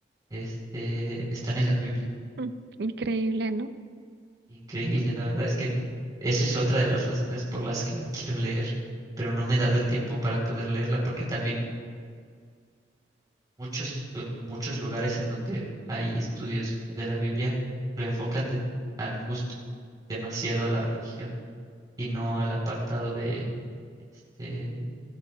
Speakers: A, on the right (about 20°); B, on the right (about 65°).
A: este, están en la Biblia.
B: Mm, Increíble, ¿no?
A: Increíble, la verdad es que esa es otra de las razones por las que la quiero leer, pero no me he dado el tiempo para poder leerla porque también muchos, eh, muchos lugares en donde hay estudios de la Biblia lo enfocan de- a mi gusto demasiado a la religión y no al apartado de este